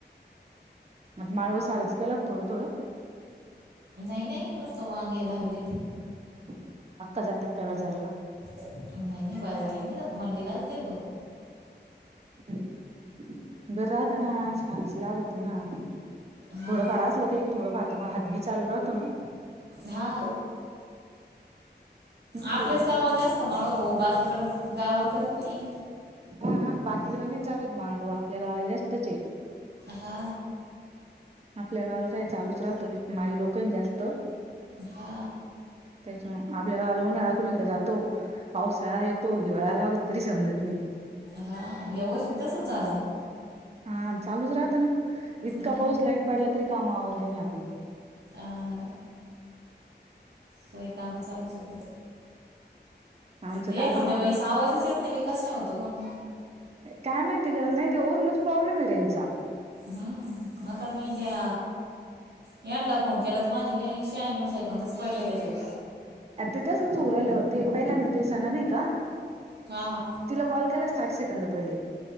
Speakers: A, on the right; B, on the right.
A: म माळ व सारच केलाग थोडं थोडं.
B: नाही नाही नुसतो वांगे ला हलेली.
A: ह अका जात अकाय बजारला.
B: नाही नाही बाजारला नाही मंडीलाच देतो.
A: हम् बरताणा सारसलगतणा <unintelligible> थोडं
B: हां
A: फार असलं काही थोडंफारता म हात बी चालू राहतो ना.
B: हा.
A: दुसरं
B: आपलेच
A: तर
B: गावाला जास्त माळ ओ बाकीकडे गावाल करीत नाही.
A: हा हा बाकीकड नाही चालत मारगं आपल्या गावाला जास्तच हाय
B: हा
A: आपल्या गावाला काय चालूच राहतं माई लोक जास्त
B: हा
A: त्याच्या आपल्या गावाला उन्हाळा कुणीकडे जातो पाऊसाळा येतो हिवाळा लागत तरी समजत नाही.
B: हा यावर्षी तसच झालं ना?
A: हा चालूच राहत ना इतका
B: हा
A: पाऊस लाईट पडला तरी काम आवरले नाही आपले
B: हा हा तरी काम चालूच होते.
A: आमचं
B: ते
A: तर
B: एखांद्या
A: अजून आ
B: वेळेस आवाजच येत नाही कस का होत पण?
A: काय माहितीय का नाही तर ओरूनच प्रॉब्लेम आहे रे त्यांचा
B: हम्म आता मी त्या यांनला फोन केला त माझे काही शहाणव सेकंदच पडले त्याच्यावर
A: अ तिथंचच होतो उरलो ते पहिल्यांदा दिवसन नाही का?
B: हा हा
A: तिला कॉल केलास साठ सेकंद पडली.